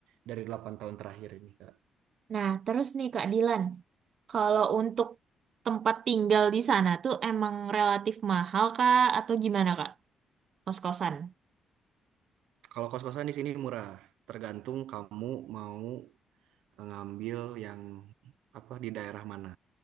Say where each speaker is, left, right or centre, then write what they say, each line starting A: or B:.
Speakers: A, on the right; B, on the right.
A: dari 8 tahun terakhir ini Kak.
B: Nah terus nih Kak Dilan, kalau untuk tempat tinggal di sana tuh emang relatif mahal Kak atau gimana Kak? Kos-kosan.
A: Kalau kos-kosan di sini murah, tergantung kamu mau ngambil yang apa di daerah mana.